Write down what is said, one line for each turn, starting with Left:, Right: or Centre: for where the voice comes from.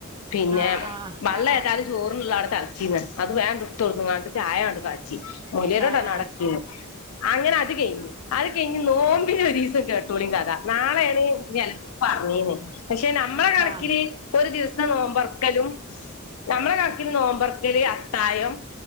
Left: പിന്നെ
Right: ആ
Left: വള്ള
Right: ആ ആ ആ ആ
Left: ഏതായാലും ചോറിന്ള്ള ത് അവടെ തളച്ചീന്ന് അത് വേണ്ട് ഇട്ത്തോട്ന്ന്ങ്ങാണ്ട് ചായാണ്ട് കാ <unintelligible>
Right: ആ ആ
Left: അങ്ങനെ അത് കഴിഞ്ഞു അത് കയ് ഞ നോമ്പിനൊരീസം കേട്ടോളിൻ കഥ നാളെയാണ് <unintelligible> പറഞ്ഞീന്ന് പക്ഷെ നമ്മള കണക്കിന്
Right: ആ
Left: ഒരു ദിവസ് തെ നോമ്പർക്കലും നമ്മളെ കണക്കിന് നോമ്പർക്കല് അത്തായം